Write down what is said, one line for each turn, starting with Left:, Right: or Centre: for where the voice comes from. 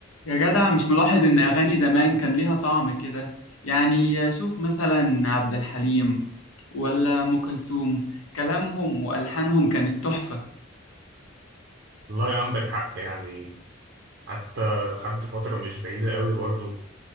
Left: يا جدع مش ملاحظ إن أغاني زمان كان ليها طعم كده يعني شوف مثلا عبد الحليم ولا أم كلثوم كلامهم وألحانهم كانت تحفة
Right: والله عندك حق يعني حتى لحد فترة مش بعيدة قوي برضو